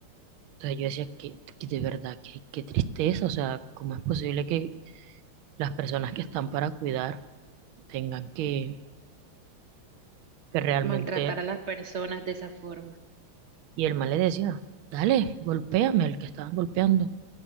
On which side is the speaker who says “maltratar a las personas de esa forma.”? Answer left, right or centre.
Right